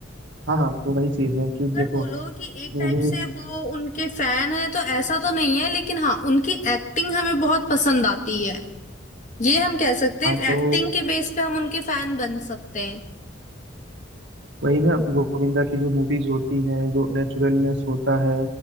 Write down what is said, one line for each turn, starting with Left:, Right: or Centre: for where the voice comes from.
Right: हाँ हाँ तो वही चीज है कि देखो
Left: अगर बोलो कि एक
Right: मूवीज
Left: टाइप से वो उनके फैन है तो ऐसा तो नहीं है लेकिन हाँ उनकी एक्टिंग हमें बहुत पसंद आती है ये हम कह सकते
Right: हाँ
Left: हैं
Right: तो
Left: एक्टिंग के बेस पे हम उनके फैन बन सकते हैं
Right: वही ना गोविंदा की जो मूवीज होती हैं जो नेचुरलनेस होता है